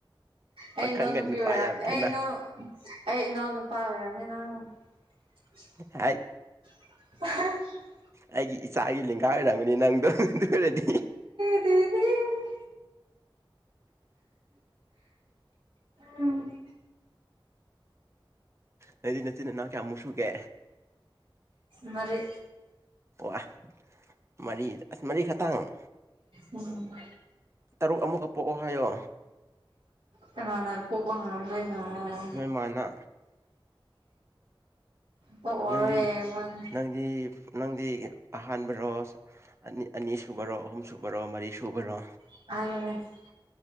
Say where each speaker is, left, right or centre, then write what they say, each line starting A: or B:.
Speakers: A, on the right; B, on the right.
A: ꯑꯩ
B: ꯄꯥꯈꯪꯒ
A: ꯏꯅꯥꯎ ꯅꯨꯨꯄꯤ
B: ꯅꯨꯄꯥ
A: ꯑꯣꯏꯔ
B: ꯌꯥꯝ ꯈꯦꯠꯅ
A: ꯑꯦ ꯏꯅꯥꯎ ꯑꯩ ꯏꯅꯥꯎ ꯅꯨꯨꯄꯥ ꯑꯣꯏꯔꯝꯃꯤ ꯅꯪ <unintelligible>
B: ꯍꯥꯏ
A: <unintelligible>
B: ꯑꯩꯒꯤ ꯏꯆꯥꯒꯤ ꯂꯤꯡꯒꯥ ꯑꯣꯏꯔꯝꯒꯅꯤ ꯅꯪꯗꯣ ꯑꯗꯨ ꯑꯣꯏꯔꯗꯤ
A: <unintelligible> ꯎꯝ
B: ꯅ‌ꯣꯏꯗꯤ ꯅꯆꯤꯟ ꯅꯅꯥꯎ ꯀꯌꯥꯃꯨꯛ ꯁꯨꯨꯒꯦ
A: ꯃꯔꯤ
B: ꯋꯥ ꯃꯔꯤ ꯃꯔꯤꯈꯛꯇꯪ
A: ꯎꯝ
B: ꯇꯔꯨꯛ ꯑꯃꯨꯒ ꯄꯣꯛꯑꯣ ꯍꯥꯏꯌꯣ
A: ꯀꯅꯥꯅ ꯄ‌ꯣꯛꯄ ꯉꯝꯗ‌ꯣꯏꯅ‌ꯣ
B: ꯅꯣꯏꯃꯥꯅ
A: ꯄꯣꯛꯑꯔꯣꯏ
B: ꯅꯪꯗꯤ
A: ꯃꯣꯏꯅ
B: ꯅꯪꯗꯤ ꯅꯪꯗꯤ ꯑꯍꯥꯟꯕꯔꯣ ꯑꯅꯤ ꯁꯨꯕꯔ‌ꯣ ꯁꯨꯕꯔꯣ ꯑꯍꯨꯝ ꯁꯨꯕꯔꯣ ꯃꯔꯤ ꯁꯨꯕꯔꯣ
A: <unintelligible>